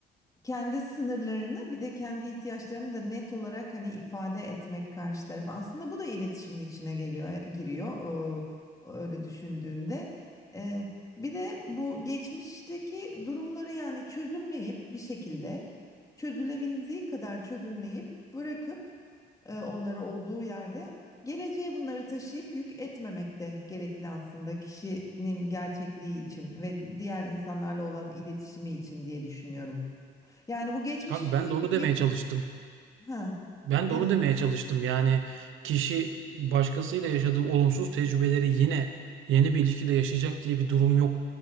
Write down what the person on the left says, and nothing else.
kendi sınırlarını bir de kendi ihtiyaçlarını da net olarak hani ifade etmek karşı tarafa. Aslında bu da iletişimin içine geliyor, e, giriyor. o- öyle düşündüğünde. Ee, bir de bu geçmişteki durumları yani çözümleyip bir şekilde çözülebildiği kadar çözümleyip bırakıp e, onları olduğu yerde geleceğe bunları taşıyıp yük etmemek de gerekli aslında kişinin gerçekliği için ve diğer insanlarla olan iletişimi için diye düşünüyorum. Yani bu geçmişi
sürekli
git.
Ha,
evet.